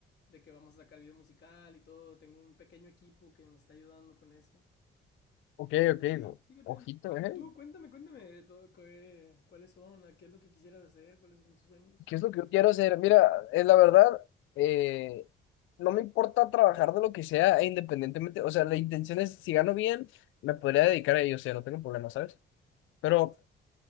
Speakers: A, on the left; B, on the left.
A: de que vamos a sacar video musical y todo. Tengo un pequeño equipo que me está ayudando con eso.
B: ok,
A: Y pues
B: ok,
A: así,
B: no,
A: fíjate.
B: ojito,
A: Y
B: ¿eh?
A: tú, cuéntame, cuéntame, todo, qué- cuáles son, qué es lo que quisieras hacer, cuáles son tus sueños.
B: ¿Qué es lo que yo quiero hacer? Mira, es la verdad, eh, no me importa trabajar de lo que sea, e independientemente, o sea, la intención es, si gano bien, me podría dedicar a ello, o sea, no tengo problema, ¿sabes? Pero